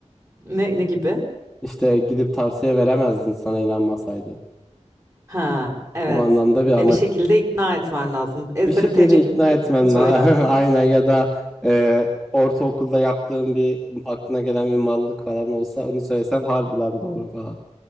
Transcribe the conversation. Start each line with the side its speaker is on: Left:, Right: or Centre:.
Right: Ne, ne gibi?
Centre: İşte gidip tavsiye veremezdin sana inanmasaydı.
Right: Ha, evet.
Centre: O anlamda bir ama
Right: E, bir şekilde ikna etmen lazım. Ezbere
Centre: bir şekilde
Right: TC kimliğini
Centre: ikna etmen
Right: söylerdim.
Centre: la- <laughs> aynen ya da e, ortaokulda yaptığın bir aklına gelen bir mallık falan olsa onu söylesen harbiden doğru falan.